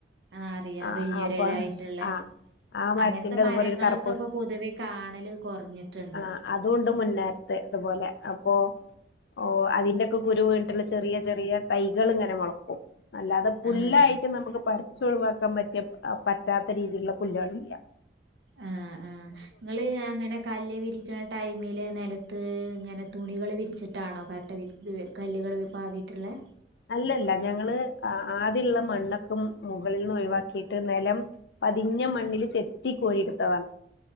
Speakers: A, on the right; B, on the left.
A: ആഹ് അറിയാം
B: ആഹ്
A: വലിയൊരെലായിട്ടുള്ളേ
B: ആഹ് പ അ ആ മര്തിന്റെതുപോലൊരു
A: അങ്ങനത്തെ മരങ്ങളൊക്കെ
B: കറ്പ്പ്
A: ഇപ്പൊ പൊതുവെ കാണല് കൊറഞ്ഞിട്ടുണ്ട്
B: ആഹ് അതുണ്ട് മുന്നാര്ത് ഇതുപോലെ പ്പൊ ഓ അതിന്റൊക്കെ കുരുവീണ് ട്ടില്ലെ ചെറിയ ചെറിയ തൈകളിങ്ങനെ മൊളക്കും അല്ലാതെ പുല്ലായിട്ട്
A: ആഹ്
B: നമ്മക്ക് പർ ചൊയ്വാക്കാൻ പറ്റിയ പറ്റാത്ത രീതിയില്ള്ള പുല്ലേളില്ലാ
A: ആഹ് ആഹ് ഇങ്ങള് ആങ്ങനെ കല്ല് വിരിക്ക്ണെ ടൈമില് നെല ത് ങ്ങനെ തുണികള് വിരിച്ചിട്ടാണോ കട്ട വിര് ത് കല്ല്കള് പാതി ത് ള്ളെ
B: അല്ലല്ല ഞങ്ങള് അ ആദ്യള്ള മണ്ണൊക്ക മുകളിന്നൊയുവാക്കിട്ട് നെലം പതിഞ്ഞ മണ്ണിൽ ചെത്തി കോരിടെത്തണ്